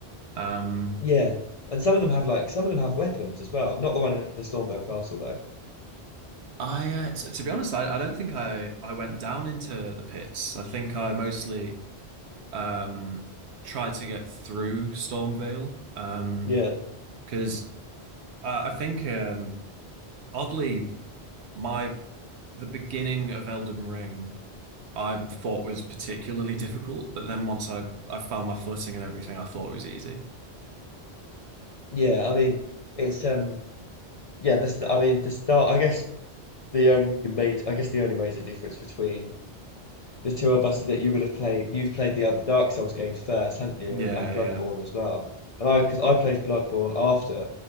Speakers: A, on the right (about 80°); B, on the left (about 50°).
A: Um,
B: Yeah, and some of
A: but
B: them have like some of them have weapons as well. Not the one in Stormvale Castle though.
A: I uh, t to be honest, I, I don't think I I went down into the pits. I think I mostly um tried to get through Stormvale um
B: Yeah,
A: because I, I think um oddly my the beginning of Elden Ring. I thought was particularly difficult, but then once I I found my footing and everything, I thought it was easy.
B: yeah. I mean, it's um, yeah. This, I mean, the start. I guess the only made. I guess the only major difference between the two of us is that you would have played. You've played the other Dark Souls games first, haven't you?
A: Yeah,
B: And, and
A: yeah.
B: Bloodborne as well. And I, because I played Bloodborne after